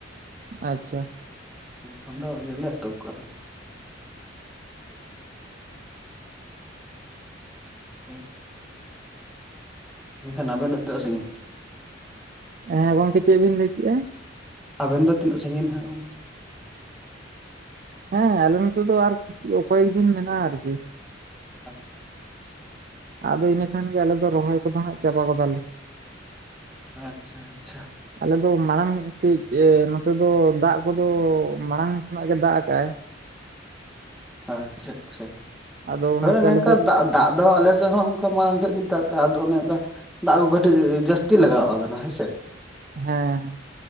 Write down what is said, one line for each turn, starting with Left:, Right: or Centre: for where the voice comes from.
Right: ᱟᱪᱪᱷᱟ
Centre: ᱮᱠᱷᱟᱱ ᱫᱚ ᱟᱣᱨᱤ ᱵᱤᱞᱤᱜ-ᱟ ᱛᱚ ᱚᱠᱟ ᱦᱚᱸ᱾ ᱦᱳᱭ᱾ ᱢᱮᱱᱠᱷᱟᱱ ᱟᱵᱮᱱᱟᱜ ᱛᱤᱱᱟᱹᱜ ᱥᱟᱺᱜᱤᱱ?
Right: ᱦᱮᱸ ᱜᱚᱝᱠᱮ ᱪᱮᱜ ᱵᱤᱱ ᱞᱟᱹᱭ ᱠᱮᱜᱼᱟ?
Centre: ᱟᱵᱮᱱ ᱫᱚ ᱛᱤᱱᱟᱹᱜ ᱥᱟᱺᱜᱤᱱ ᱦᱟᱸᱜ ᱜᱚᱝᱠᱮ?
Right: ᱦᱮᱸ ᱟᱞᱮ ᱱᱚᱛᱮ ᱫᱚ ᱟᱨ ᱠᱚᱭᱮᱠ ᱫᱤᱱ ᱢᱮᱱᱟᱜᱼᱟ ᱟᱨᱠᱤ᱾
Centre: <inaudible>
Right: ᱟᱫᱚ ᱤᱱᱟᱹ ᱠᱷᱟᱱ ᱜᱮ ᱟᱞᱮ ᱫᱚ ᱨᱚᱦᱚᱭ ᱠᱚᱫᱚ ᱦᱟᱸᱜ ᱪᱟᱵᱟ ᱜᱚᱫᱟᱞᱮ᱾
Centre: ᱟᱪᱪᱷᱟ ᱟᱪᱪᱷᱟ᱾
Right: ᱟᱞᱮ ᱫᱚ ᱢᱟᱲᱟᱝ ᱠᱟᱹᱡ ᱮ ᱱᱚᱛᱮ ᱫᱚ ᱫᱟᱜ ᱠᱚᱫᱚ ᱢᱟᱲᱟᱝ ᱠᱷᱚᱱᱟᱜ ᱜᱮ ᱫᱟᱜ ᱟᱠᱟ-ᱟᱭ᱾
Centre: ᱟᱪᱪᱷᱟ ᱟᱪᱪᱷᱟ᱾
Right: ᱟᱫᱚ ᱚᱱᱟᱛᱮ
Centre: ᱦᱳᱭ ᱚᱱᱮ
Right: ᱟᱞᱮ
Centre: ᱚᱱᱝᱠᱟ
Right: ᱫᱚ
Centre: ᱫᱟᱜ ᱫᱟᱜ ᱫᱚ ᱟᱞᱮ ᱥᱮᱫ ᱦᱚᱸ ᱚᱱᱠᱟ ᱢᱟᱲᱟᱝ ᱠᱷᱟᱡ ᱜᱮ ᱫᱟᱜ ᱠᱟᱜ-ᱟ ᱟᱫᱚ ᱚᱱᱮ ᱚᱱᱠᱟ ᱫᱟᱜ ᱠᱚ ᱠᱟᱹᱴᱤᱡ ᱡᱟᱹᱥᱛᱤ ᱞᱟᱜᱟᱣ ᱠᱟᱱᱟ ᱦᱳᱭ ᱥᱮ᱾
Right: ᱦᱮᱸ ᱦᱮᱸ᱾